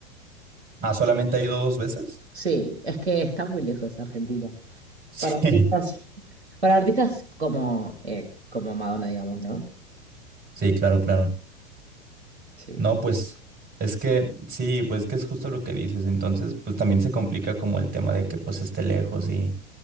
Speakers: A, on the right; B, on the right.
A: Ah, ¿solamente ha ido dos veces?
B: Sí, es que está muy lejos Argentina.
A: <laughs>
B: Para artistas,
A: Sí,
B: para artistas como, eh, como Madonna, digamos, ¿no?
A: sí, claro, claro.
B: Sí.
A: No, pues es que sí, pues que es justo lo que dices. Entonces, pues también se complica como el tema de que pues esté lejos y,